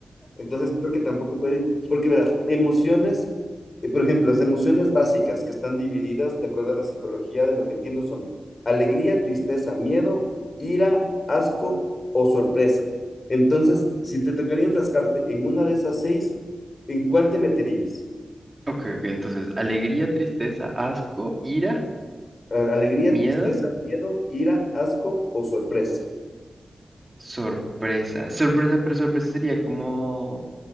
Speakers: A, on the left (about 40°); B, on the right (about 20°).
A: Entonces creo que tampoco puede ir, porque verás, emociones, eh, por ejemplo, las emociones básicas que están divididas, de acuerdo a la psicología, de lo que entiendo son alegría, tristeza, miedo, ira, asco o sorpresa. Entonces, si te tocaría enfrascarte en una de esas seis, ¿en cuál te meterías?
B: ok, ok, entonces, alegría, tristeza, asco, ira,
A: A- Alegría,
B: miedo.
A: tristeza, miedo, ira, asco o sorpresa.
B: Sorpresa. Sorpresa, pero sorpresa sería como,